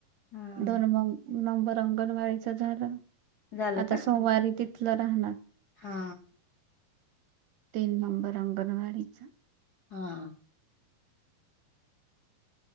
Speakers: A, on the left; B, on the right.
A: हा,
B: दोन मग नंबर अंगणवाडीच झाल
A: झालं
B: आता
A: का
B: सोमवारी तिथल राहणार.
A: हा
B: तीन नंबर अंगणवाडीचा
A: हा